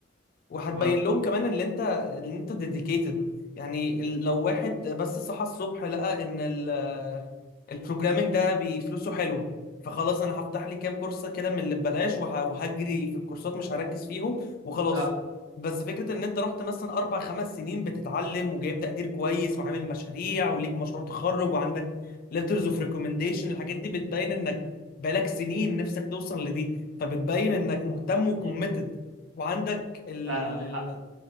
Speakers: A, on the left; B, on the right.
A: وهتبين
B: هو ف...
A: لهم كمان ان انت ان انت ديديكيتد يعني ال- لو واحد بس صحى الصبح لقى ان ال البروجرامينج ده بفلوسه حلوه فخلاص انا هفتح لي كام كورس كده من اللي ببلاش وه- وهجري في الكورسات مش هركز فيهم وخلاص
B: اه
A: بس فكره ان انت رحت مثلا اربع خمس سنين بتتعلم وجايب تقدير كويس وعامل مشاريع وليك مشروع تخرج وعندك letters of recommendation الحاجات دي بتبين انك بقالك سنين نفسك توصل لدي فبتبين انك مهتم وكوميتد
B: مم.
A: وعندك ال...
B: فعلا عندك حق